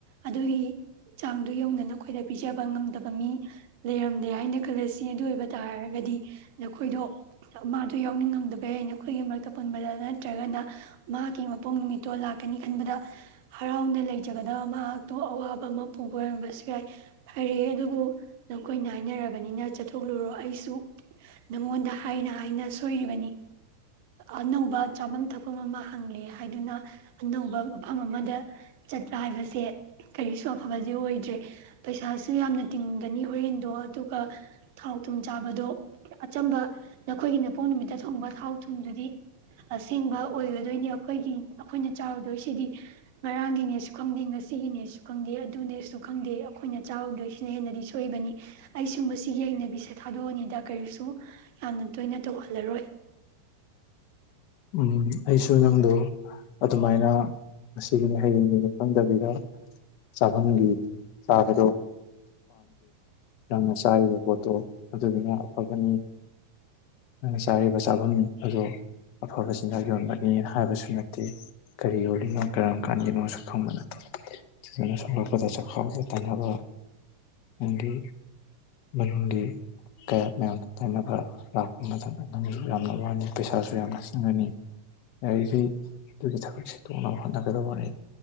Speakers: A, on the right; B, on the left.
A: ꯑꯗꯨꯒꯤ ꯆꯥꯡꯗꯨ ꯌꯧꯗꯅ ꯑꯩꯈꯣꯏꯗ ꯄꯤꯖꯕ ꯉꯝꯗꯕ ꯃꯤ ꯂꯩꯔꯝꯂꯦ ꯍꯥꯏꯅ ꯈꯜꯂꯁꯤ ꯑꯗꯨ ꯑꯣꯏꯕ ꯇꯥꯔꯒꯗꯤ ꯅꯈꯣꯏꯗꯣ ꯃꯥꯁꯨꯣ ꯌꯥꯎꯅꯤꯡꯉꯝꯗꯕꯩ ꯑꯩꯅ ꯑꯩꯈꯣꯏꯒꯤ ꯃꯔꯛꯇ ꯄꯨꯟꯕꯗ ꯅꯠꯇ꯭ꯔꯒꯅ ꯃꯍꯥꯛꯀꯤ ꯃꯄꯨꯡ ꯅꯨꯃꯤꯠꯇꯣ ꯂꯥꯛꯀꯅꯤ ꯈꯟꯕꯗ ꯍꯔꯥꯎꯅ ꯂꯩꯖꯒꯗꯕ ꯃꯍꯥꯛꯇꯨ ꯑꯋꯥꯕ ꯑꯃ ꯄꯨꯕ ꯑꯣꯏꯔꯝꯕꯁꯨ ꯌꯥꯏ ꯐꯔꯦ ꯑꯗꯨꯕꯨ ꯅꯈꯣꯏꯅ ꯍꯥꯏꯅꯔꯕꯅꯤꯅ ꯆꯠꯊꯣꯛꯂꯨꯔꯣ ꯑꯩꯁꯨ ꯅꯉꯣꯟꯗ ꯍꯥꯏꯅ ꯍꯥꯏꯅ ꯁꯣꯏꯔꯤꯕꯅꯤ ꯑꯅꯧꯕ ꯆꯥꯐꯝ ꯊꯛꯐꯝ ꯑꯃ ꯐꯪꯂꯦ ꯍꯥꯏꯗꯨꯅ ꯑꯅꯧꯕ ꯃꯐꯝ ꯑꯃꯗ ꯆꯠꯄ ꯍꯥꯏꯕꯁꯦ ꯀꯔꯤꯁꯨ ꯑꯐꯕꯗꯤ ꯑꯣꯏꯗ꯭ꯔꯦ ꯄꯩꯁꯥꯁꯨ ꯌꯥꯝꯅ ꯇꯤꯡꯒꯅꯤ ꯍꯣꯔꯦꯟꯗꯣ ꯑꯗꯨꯒ ꯊꯥꯎ ꯊꯨꯝ ꯆꯥꯕꯗꯣ ꯑꯆꯝꯕ ꯅꯈꯣꯏꯒꯤ ꯅꯄꯣꯛ ꯅꯨꯃꯤꯠꯇ ꯊꯣꯡꯕ ꯊꯥꯎ ꯊꯨꯝꯗꯨꯗꯤ ꯑꯁꯦꯡꯕ ꯑꯣꯏꯒꯗꯣꯏꯅꯦ ꯑꯩꯈꯣꯏꯒꯤ ꯑꯩꯈꯣꯏꯅ ꯆꯥꯎꯔꯨꯗꯣꯏꯁꯤꯗꯤ ꯉꯔꯥꯡꯒꯤꯅꯦꯁꯨ ꯈꯪꯗꯦ ꯉꯁꯤꯒꯤꯅꯦꯁꯨ ꯈꯪꯗꯦ ꯑꯗꯨꯅꯦꯁꯨ ꯈꯪꯗꯦ ꯑꯩꯈꯣꯏꯅ ꯆꯥꯎꯔꯧꯗꯣꯏ ꯁꯤꯅ ꯍꯦꯟꯅꯗꯤ ꯁꯣꯏꯏꯕꯅꯤ ꯑꯩ ꯁꯨꯝꯕꯁꯤꯒꯤ ꯍꯩꯅꯕꯤꯁꯦ ꯊꯥꯗꯣꯛꯑꯅꯤꯗ ꯀꯔꯤꯁꯨ ꯌꯥꯝꯅ ꯇꯣꯏꯅ ꯇꯧꯍꯜꯂꯔꯣꯏ
B: ꯎꯝ ꯑꯩꯁꯨ ꯅꯪꯗꯨ ꯑꯗꯨꯃꯥꯏꯅ ꯃꯁꯤꯒꯤꯅꯤ ꯍꯌꯦꯡꯒꯤꯅꯤ ꯈꯪꯗꯕꯤꯗ ꯆꯕꯒꯤ ꯆꯔꯄꯥꯦ ꯌꯥꯝꯅ ꯆꯥꯏꯔꯤꯕ ꯄꯣꯠꯇꯣ ꯑꯗꯨꯗꯨꯅ ꯑꯐꯕꯅꯤ ꯑꯩꯅ ꯆꯥꯔꯤꯕ ꯆꯥꯐꯝ ꯑꯗ ꯑꯐꯕ ꯆꯤꯟꯖꯥꯛ ꯌꯣꯟꯕꯅꯦꯅ ꯍꯥꯏꯕꯁꯨ ꯅꯠꯇꯦ ꯀꯔꯤ ꯑꯣꯏꯜꯂꯤꯅꯣ ꯀꯔꯝ ꯀꯥꯟꯒꯤꯅꯣꯁꯨ ꯈꯪꯕꯅ ꯅ ꯁꯄꯗ ꯆꯆꯥ ꯈꯦ ꯇꯅꯅꯕ ꯍꯤꯟꯗꯤ ꯍꯤꯟꯗꯤ ꯀꯌꯥ ꯃꯌꯥꯝꯗ ꯇꯥꯏꯅꯕ ꯂꯥꯛꯄ ꯃꯇꯝꯗ ꯅꯪꯁꯨ ꯌꯥꯝꯅ ꯋꯥꯅꯤ ꯄꯩꯁꯥꯁꯨ ꯌꯥꯝꯅ ꯆꯪꯉꯅꯤ ꯌꯥꯔꯤꯈꯩ ꯑꯗꯨꯒꯤ ꯊꯕꯛꯁꯦ ꯇꯣꯛꯅꯕ ꯍꯣꯠꯅꯒꯗꯕꯅꯤ